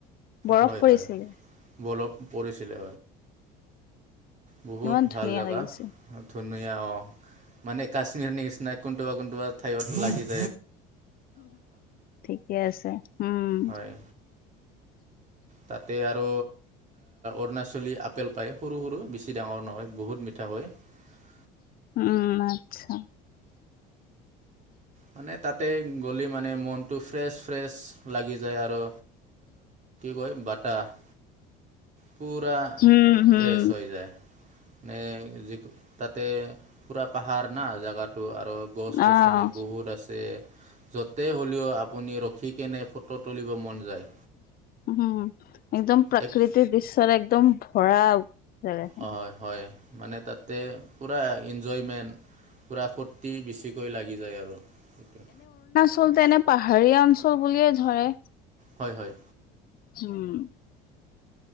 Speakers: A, on the left; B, on the right.
A: বৰফ
B: হয়
A: পৰিছিলে।
B: হয় বৰফ পৰিছিলে বহুত
A: ইমান
B: ভাল
A: ধুনীয়া
B: জাগা
A: লাগিছে
B: ন অ মানে কাশ্মীৰ নি নিচিনা কোনোবা কোনোবা ঠাইত লাগিছিল।
A: ঠিকে আছে উম।
B: হয় তাতে আৰু অৰুণাচলী আপেল পায় সৰু সৰু বেছি ডাঙৰ নহয় বহুত ম। জাব ই।
A: উম আচ্ছা।
B: মানে তাতে গ'লে মানে মনতটো ফ্ৰেচ ফ্ৰেচ লাগি। য আৰু কয় বতাহ পূৰা
A: উম হম
B: ফ্ৰেছ হৈ যায়। মে য তাতে পুৰা পাহাৰ না জোগাটো আৰু। গছ
A: অহ।
B: গছনি বহুত যতে হলেও আপুনি ৰখি কেনে ফটো তুলিব মন। যায়।
A: উম একদম প্ৰাকৃতিক
B: এক
A: দৃশ্য বেছি একদম ভৰা। জেগাখিনি।
B: হয় হয় মানে তাতে পুৰা এনজয়মেণ্ট। পূৰা ফূুৰ্তি বেছিকৈ লাগি যায় আৰু স।
A: আচল তেনে পাহাৰীয়া অঞ্চল বুলিয়ে ধৰে।
B: হয় হয়।
A: উম।